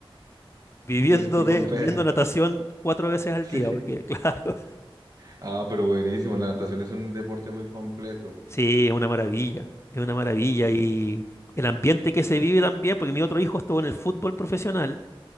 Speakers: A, on the left; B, on the right.
A: viviendo
B: Y es y
A: de
B: con P,
A: viviendo natación cuatro veces al
B: <laughs>
A: día,
B: sí.
A: porque <laughs> claro,
B: Ah, pero buenísimo. La natación es un deporte muy completo.
A: sí, es una maravilla, es una maravilla
B: Sí,
A: y el ambiente que se vive también, porque mi otro hijo estuvo en el fútbol profesional